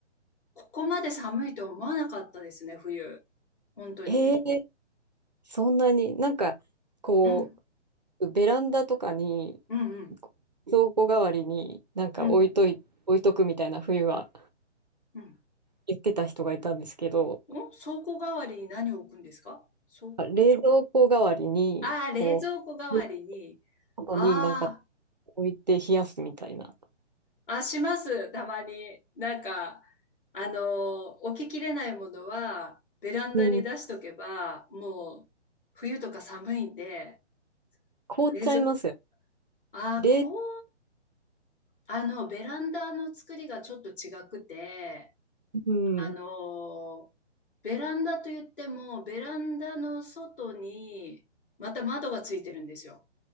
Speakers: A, on the left; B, on the right.
A: ここまで寒いと思わなかったですね、冬。本当に。
B: ええそんなになんかこ
A: うん。
B: う、ベランダとかに
A: うんうん
B: 蔵庫代わりになんか置いとい、
A: うん。
B: 置いとくみたいな冬は
A: うん。
B: 言ってた人がいたんですけど、
A: お、倉庫代わりに何を置くんですかそう。
B: あ冷蔵庫代わりに、
A: ああ、
B: こう、
A: 冷蔵庫代わりに。
B: 後になんか
A: あ
B: 置いて冷やすみたいな。
A: あ、します、たまに。なんか、あの、置ききれないものは、ベランダに出しとけば、
B: うん、
A: もう、冬とか寒いんで、
B: 凍っちゃいますよ。
A: 冷蔵、ああ、
B: 冷、
A: こう、あの、ベランダの作りがちょっと違くて、
B: うん。
A: あの、ベランダと言っても、ベランダの外に、また窓がついてるんですよ。